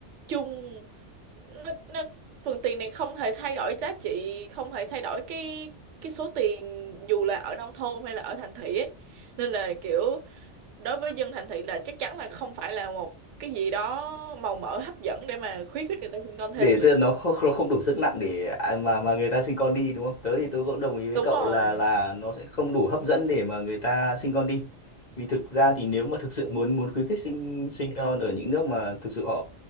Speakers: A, on the right (about 85°); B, on the left (about 45°).
A: chung nó, nó phần tiền này không thể thay đổi giá trị không thể thay đổi cái cái số tiền dù là ở nông thôn hay là ở thành thị ấy. Nên là kiểu đối với dân thành thị là chắc chắn là không phải là một cái gì đó màu mỡ hấp dẫn để mà
B: đâu
A: khuyến khích người ta sinh con thêm
B: để
A: rồi
B: tức là nó không, không không đủ sức nặng để à, mà mà người ta sinh con đi đúng không? Tớ thì tớ cũng đồng ý với
A: đúng
B: cậu
A: rồi
B: là là nó sẽ không đủ hấp dẫn để mà người ta sinh con đi. Vì thực ra thì nếu mà thực sự muốn muốn khuyến khích sinh sinh con ở những nước mà thực sự họ